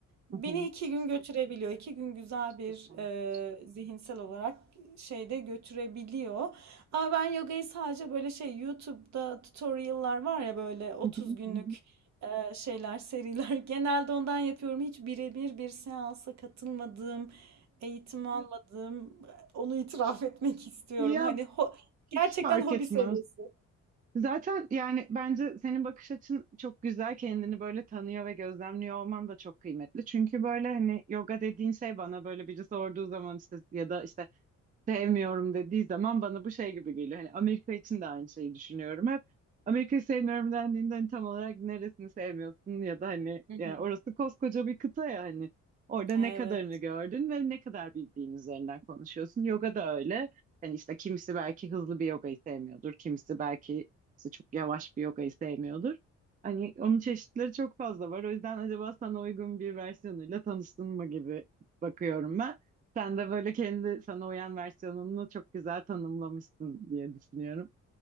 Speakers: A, on the right; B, on the right.
A: beni
B: hı hı.
A: iki gün götürebiliyor. İki gün güzel
B: Süper.
A: bir e, zihinsel olarak şeyde götürebiliyor. Ama ben yogayı sadece böyle şey YouTube'da tutorial'lar var ya böyle 30
B: <laughs>
A: günlük e, şeyler seriler <laughs> genelde ondan yapıyorum. Hiç birebir bir seansa katılmadığım, eğitim almadığım onu itiraf <laughs> etmek istiyorum.
B: Ya
A: Hani ho-
B: hiç
A: gerçekten
B: fark
A: hobi
B: etmez.
A: seviyesi.
B: Zaten yani bence senin bakış açın çok güzel. Kendini böyle tanıyor ve gözlemliyor olman da çok kıymetli. Çünkü böyle hani yoga dediğin şey bana böyle biri sorduğu zaman işte ya da işte sevmiyorum dediği zaman bana bu şey gibi geliyor. Hani Amerika için de aynı şeyi düşünüyorum hep. Amerika'yı sevmiyorum dendiğinde hani tam olarak neresini sevmiyorsun ya da hani
A: Hı hı.
B: yani orası koskoca bir kıta ya hani orada
A: Evet.
B: ne kadarını gördün ve ne kadar bildiğin üzerinden konuşuyorsun. Yoga da öyle. Hani işte kimisi belki hızlı bir yogayı sevmiyordur, kimisi belki işte çok yavaş bir yogayı sevmiyordur. Hani onun çeşitleri çok fazla var. O yüzden acaba sana uygun bir versiyonuyla tanıştın mı gibi bakıyorum ben. Sen de böyle kendi sana uyan versiyonunu çok güzel tanımlamışsın diye düşünüyorum.